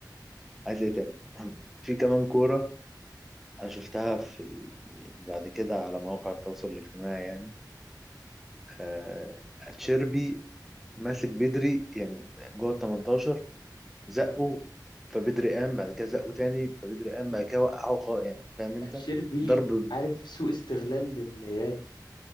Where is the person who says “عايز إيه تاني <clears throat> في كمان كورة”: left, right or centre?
Centre